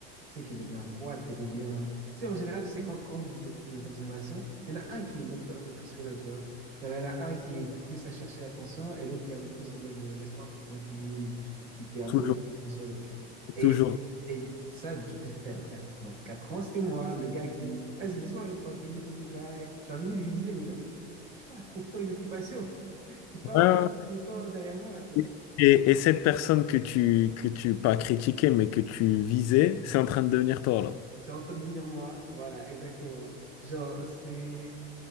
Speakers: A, on the right (about 80°); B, on the left (about 55°).
A: sais, qu'elle devient froide, qu'elle devient... Tu sais, en général, tu sais, quand, quand vous êtes dans une relation, il y en a un qui aime l'autre un peu plus que l'autre, tu vois. Genre, il y en a un qui est plus à chercher l'attention et l'autre qui est un peu plus en mode euh, laisse-moi un peu tranquille ou qui fait un
B: Toujours.
A: peu le truc en solo, tu vois. Et,
B: Toujours.
A: et ça, depuis très, très, pendant 4 ans, c'était moi, le gars qui, vas-y, laisse-moi un peu tranquille, fais tes bails. Genre, limite, je lui disais, mais genre, je sais pas, trouve-toi une occupation. <laughs> T'es pas
B: Ouais,
A: obligé tout le temps derrière moi, tu vois
B: ouais. Et, et cette personne que tu, que tu, pas critiquais, mais que tu visais, c'est en train de devenir toi, là.
A: C'est en train de devenir moi. Voilà, exactement. Genre, c'est.